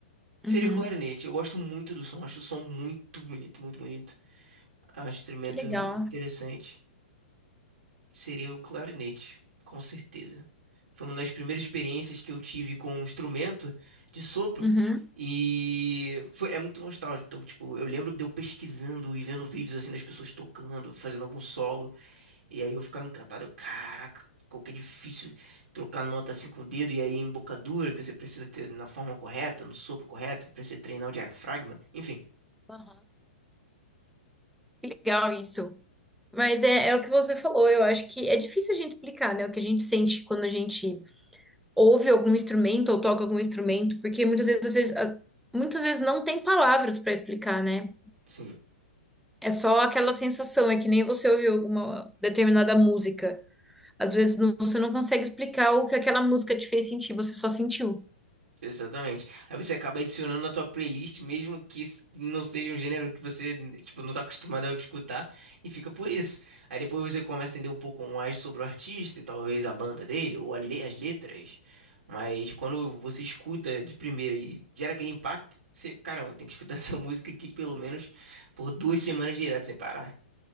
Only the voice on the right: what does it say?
Seria
o clarinete. Eu gosto muito do som, acho o som muito bonito, muito bonito. Acho o instrumento
interessante. Seria o clarinete, com certeza. Foi uma das primeiras experiências que eu tive com um instrumento de sopro
e foi, é muito nostálgico. Então, tipo, eu lembro de eu pesquisando e vendo vídeos assim das pessoas tocando, fazendo algum solo. E aí eu ficava encantado, eu, caraca, como que é difícil trocar nota assim com o dedo, e aí embocadura que você precisa ter na forma correta, no sopro correto, precisa treinar o diafragma, enfim.
Sim,
Exatamente. Aí você acaba adicionando na tua playlist, mesmo que isso não seja um gênero que você, tipo, não tá acostumado a escutar, e fica por isso. Aí depois você começa a entender um pouco mais sobre o artista, e talvez a banda dele, ou a le- as letras. Mas quando você escuta de primeira e gera aquele impacto, você, caramba, tem que escutar <laughs> essa música aqui pelo menos por duas semanas direto sem parar.